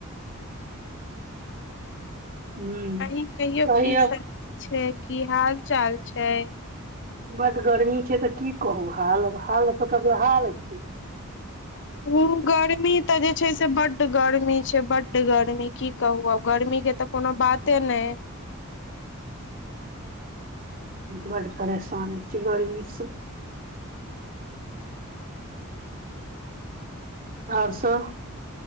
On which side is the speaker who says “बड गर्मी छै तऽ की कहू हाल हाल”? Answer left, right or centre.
Right